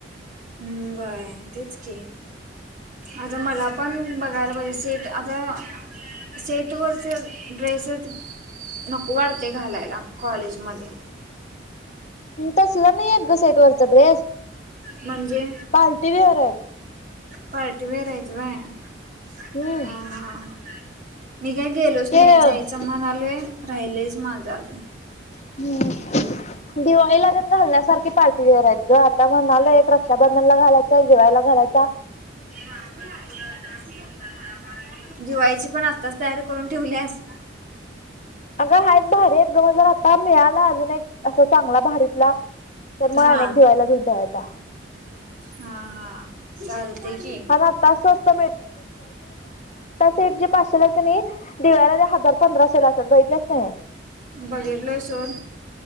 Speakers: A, on the right (about 45°); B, on the left (about 35°).
A: हम्म, व्हय तेच की. आता मला पण बघायला पाहिजे सेट आता. सेटवरच ड्रेसेच नको वाटतय घालायला कॉलेजमध्ये.
B: तसलं नाहीएत ग सेट वरच ड्रेस
A: म्हणजे?
B: पार्टी वेअर हाय.
A: पार्टी वेअर हायत व्हय ह
B: हम्म.
A: ह! मी काय गेलोच
B: ते
A: नाही जायचं म्हणालोय राहिलयच माझं अजून
B: <unintelligible> दिवाळीला तेन घालण्यासारखी पार्टी वेअर आहेत ग आता म्हणालोय एक रक्षाबंधनला घालायच. नंतर दिवाळीला घालयचा.
A: <unintelligible> दिवाळीची पण आताच तयारी करून ठेवल्यास?
B: अगं हायत भारी तो पण आता मिळाला अजून एक असा चांगला भारीतला तर मग
A: हा
B: अनेक दिवाळीला घेऊन ठेवायचा.
A: हा हा चालते की.
B: आणि आता स्वस्त सेठ जे पाचशे ला कणी दिवाळीला ते हजार पंधराशे ला असत्यात बघितल्यास कणी
A: बघितलोय सोड